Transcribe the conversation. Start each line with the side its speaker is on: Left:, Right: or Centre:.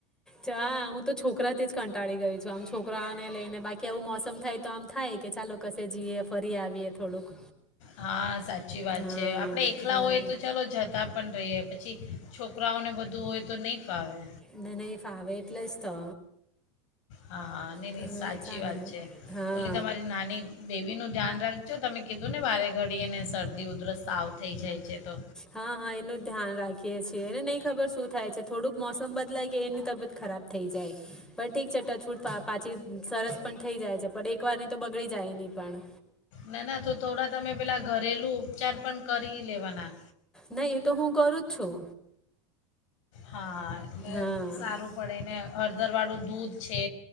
Centre: ચા હું તો છોકરાથી જ કંટાળી ગઈ છું આમ છોકરાને લઈને બાકી આવું મોસમ થાય તો આમ થાય કે ચાલો કશે જઈએ ફરી આવીએ થોડુંક
Left: હા સાચ સાચી વાત
Centre: હા
Left: છે આપણે એકલા
Centre: હમ
Left: હોઈએ તો ચાલો જતા પણ રહીએ પછી છોકરાઓને બધું હોય તો નહીં ફાવે
Centre: ના નયી ફાવે એટલાસ્ તો
Left: હા હા નહીં
Centre: પણ
Left: નહીં સાચી
Centre: ચાલે
Left: વાત છે
Centre: હા
Left: ઓલી તમારી નાની બેબીનું ધ્યાન રાખજો તમે કીધું ને વારે ઘડી અને શરદી ઉધરસ તાવ થઈ જાય છે તો
Centre: હા હા એનું ધ્યાન રાખીએ છીએ એને નહીં ખબર સુ થાય છે થોડુંક મોસમ બદલાય કે એની તબિયત ખરાબ થઈ જાય. પણ ઠીક છે ટચવુડ પાછી સરસ પણ થઈ જાય છે. પણ એક વાર ની તો બગડી જાય નહી પણ
Left: ના ના તો થોડા તમે પેલાં ઘરેલું ઉપચાર પણ કરી લેવાના
Centre: ના એ તો હું કરું જ છું
Left: હા એટલે
Centre: હા
Left: સારું પડે એને હળદર વાળું દૂધ છે.